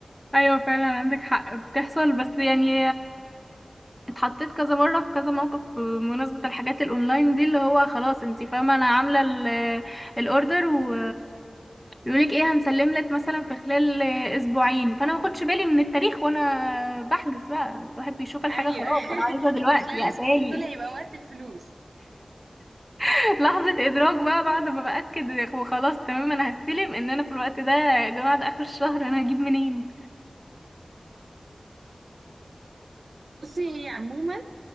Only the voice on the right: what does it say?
ايوه
<laughs>
فخلال
الاسبوعين
دول هيبقى وقت الفلوس
بصي هي عموما